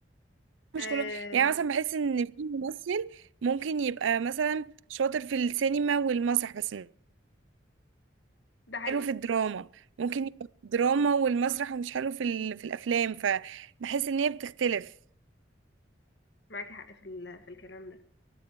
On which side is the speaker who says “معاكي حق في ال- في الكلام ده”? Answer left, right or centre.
Left